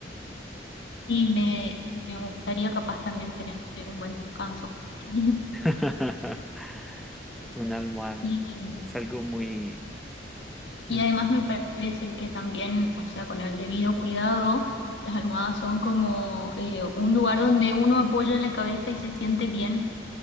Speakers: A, on the left; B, in the centre.
A: y me, me gustaría capaz también tener un buen descanso. <laughs>
B: <laughs> Una almohada.
A: Y,
B: Es algo muy...
A: y
B: mm,
A: además me parece que también, o sea, con el debido cuidado, las almohadas son como eh, un lugar donde uno apoya la cabeza y se siente bien,